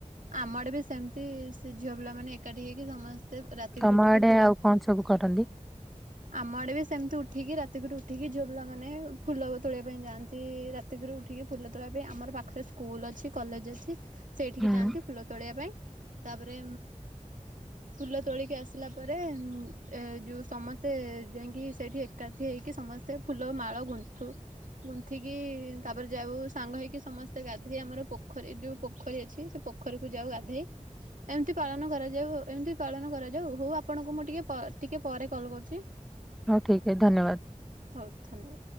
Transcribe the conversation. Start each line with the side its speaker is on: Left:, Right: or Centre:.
Right: ଆମ ଆଡେ ବି ସେମିତି ସେ ଝିଅ ପିଲାମାନେ ଏକାଠି ହେଇକି ସମସ୍ ସେ ରାତିକୁ
Centre: ତମ
Right: ରୁ ଉଠିକି
Centre: ଆଡେ
Right: ଫୁଲ
Centre: ଆଉ କଣ ସବୁ କରନ୍ତି?
Right: ଆମ ଆଡେ ବି ସେମିତି ଉଠିକି ରାତିକରୁ ଉଠିକି ଯୋଉ ପିଲା ମାନେ ଫୁଲ ତୋଳିବା ପାଇଁ ଯାଆନ୍ତି। ରାତ୍ ରାତିକରୁ ଉଠିକି ଫୁଲ ତୋଳିବା ପାଇଁ ଆମର ପାଖରେ ସ୍କୁଲ ଅଛି, କଲେଜ ଅଛି, ସେଇଠିକି
Centre: ହୁଁ।
Right: ଯାଆନ୍ତି। ଫୁଲ ତୋଳିବା ପାଇଁ, ତାପରେ ଫୁଲ ତୋଳିକି ଆସିଲା ପରେ ଏ ଯୋଉ ସମସ୍ତେ ଯାଇକି ସେଇଠି ଏକା ଏକାଠି ହେଇକି ସମସ୍ତେ ଫୁଲ ମାଳ ଗୁନ୍ଥୁ ଗୁନ୍ଥିକି ତାପରେ ଯାଉ ସାଙ୍ଗ ହେଇକି ସମସ୍ତେ ଗାଧେଇ ଆମର ପୋଖରୀ ଯୋଉ ପୋଖରୀ ଅଛି, ସେ ପୋଖରୀକୁ ଯାଉ ଗାଧ ଏମିତି ପାଳନ କରାଯାଉ ଏମିତି ପାଳନ କରାଯାଉ, ହଉ ଆପଣଙ୍କୁ ମୁଁ ଟିକେ ଟିକେ ପରେ କଲ୍ କରୁଚି। <unintelligible>
Centre: ହଉ ଠିକ୍ ଏ ଧନ୍ୟବାଦ୍।
Right: ହଉ ଥାନେ।